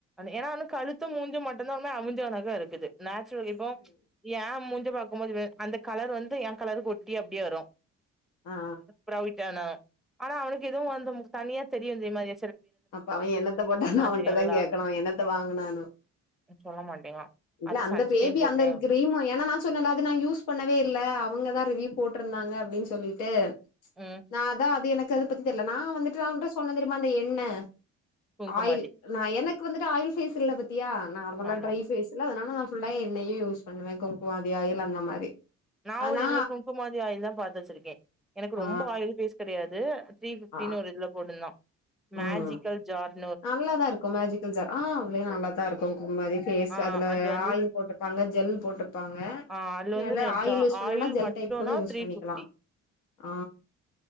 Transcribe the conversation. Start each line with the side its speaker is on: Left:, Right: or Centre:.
Centre: ஏன்னான்னு கழுத்து மூஞ்சு மட்டுந்தா மே அவிஞ்ச மா தா இருக்கு நேச்சுரல் இப்போ ஏ மூஞ்சிய பாக்கும்போது அந்த கலர் வந்து எ கலரு ஒட்டி அப்டியே வரு
Left: ஆ
Centre: தடவிட்டானா ஆனா அவனுக்கு எதுவு வந்து தனியா தெரியு இதே மாரி
Left: அப்ப அவ என்னத்த போட்டானோ அவன்ட்டதா
Centre: தெரியுல்ல
Left: கேட்கணு என்னத்த வாங்கனானு
Centre: சொல்ல மாட்டேங்கா
Left: இல்ல
Centre: அது
Left: அந்த
Centre: சன்ஸ்கிரீன்
Left: பேபி
Centre: போட்டே
Left: அந்த இது கிரீம் ஏன்னன்னா சொன்ன அது நா யூஸ் பண்ணவே இல்ல அவங்கதா ரிவ்யூ போட்ருந்தாங்க அப்படின்னு சொல்லிட்டு
Centre: ம்
Left: நா தா அது எனக் அது பத்தி தெர்லெ நா வந்துட்டு நா உன்ட சொன்னந் தெரியுமா அந்த எண்ணெ
Centre: குங்குமாதி
Left: ஆயில் நா எனக்கு வந்துட்டு ஆயில் ஃபேஸ் இல்ல பாத்தியா நார்மலா
Centre: ஆமா
Left: ட்ரை ஃபேஸ்ல அதுனால நா ஃபுல்லா எண்ணெயே யூஸ் பண்ணுவே குங்குமாதி ஆயில் அந்த மாரி
Centre: நா
Left: ஆனா
Centre: ஒரு இதுல குங்குமாதி ஆயில் தா பாத்து வச்சிருக்கே எனக்கு
Left: ஆ
Centre: ரொம்போ ஆயில் ஃபேஸ் கெடையாது த்ரீ ஃபிப்டின்னு
Left: ஆ
Centre: ஒரு இதுல போட்டுந்தா மேஜிக்கல்
Left: ம்
Centre: ஜான்
Left: நல்லாதா இருக்கு மேஜிக்கல் ஜார் ஆ அவ்ளயே நல்லாதா இருக்கு குமரி பேஸ்
Centre: ஆ
Left: அதுல
Centre: அது வந்து
Left: ஆயில் போட்டு பாங்க ஜெல் போட்ருப்பாங்க
Centre: ஆ அதுல வந்து
Left: எல்லா
Centre: ஜா
Left: யூஸ் பண்ணலனா
Centre: ஆயில்
Left: ஜெல்
Centre: மட்டுனா
Left: டைப் கூட யூஸ்
Centre: த்ரீ
Left: பண்ணிக்கலா
Centre: பிஃப்டி
Left: ஆ